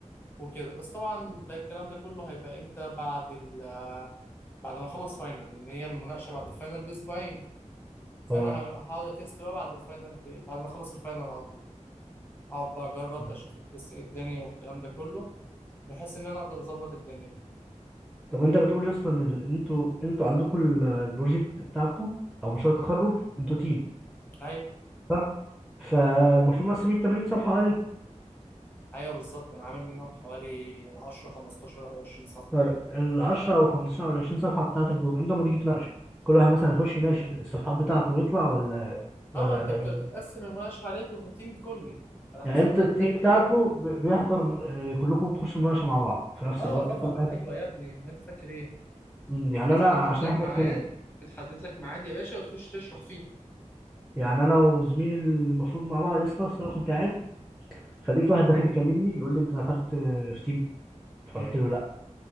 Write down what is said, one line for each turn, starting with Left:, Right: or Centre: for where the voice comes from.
Left: وكده بس طبعا ده الكلام ده كله هيبقى امتى بعد ال بعد ما اخلص فاينل لان هي المناقشه بعد الفاينل باسبوعين فانا
Centre: اه
Left: ه- هقعد اتست بقى بعد الفاينل ب... بعد ما اخلص الفاينل على طول هقعد بقى اجرب
Centre: مم.
Left: اشوف التست ايه الدنيا والكلام ده كله بحيث ان انا اقدر اظبط الدنيا
Centre: طب وانت بتقول يا اسطى ان ال- ان انتوا انتوا عندكم ال- البروجكت بتاعكم او مشروع التخرج انتوا تيم
Left: ايوه
Centre: صح فالمفروض مقسمين 80 صفحه عليكم
Left: ايوه بالظبط انا عامل منهم حوالي 10 15 او 20 صفحه
Centre: طيب ال 10 او ال 15 او ال 20 صفحه بتاعتك دول انتوا لما تيجي تناقشوا كل واحد مثلا يخش يناقش الصفحات بتاعته ويطلع ولا ولا
Left: اه انت
Centre: هتعملوا
Left: بت- بتقسم
Centre: ايه
Left: المناقشه عليكم كتيم كلي على حسب
Centre: يعني انت
Left: انت
Centre: التيم
Left: كتبت
Centre: بتاعكم
Left: ايه
Centre: ب- بيحضر آه، كلكم بتخشوا مناقشه مع بعض في نفس
Left: اه
Centre: الوقت
Left: طبعا
Centre: كل واحد
Left: ايوه يا ابني ما انت فاكر ايه
Centre: مم، يعني
Left: بتحدد
Centre: انا عشان
Left: لك
Centre: احنا
Left: ميعاد
Centre: اتنين
Left: بتحدد لك ميعاد يا باشا وتخش تشرح فيه
Centre: يعني انا وزميلي المفروض مع بعض يا اسطى أصل انا كنت قاعد فلقيت واحد داخل يكلمني يقول لي انت دخلت آه، في تيم فقلت
Left: امم
Centre: له لا